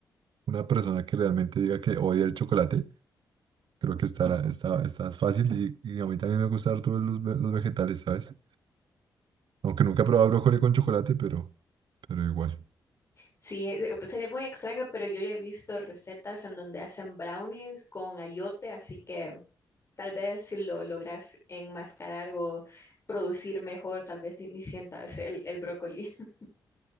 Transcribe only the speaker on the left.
Sí, eh, pues, sería muy extraño, pero yo ya he visto recetas en donde hacen brownies con ayote, así que Tal vez si lo logras enmascarar o producir mejor, tal vez ni, ni sientas el, el brócoli. <laughs>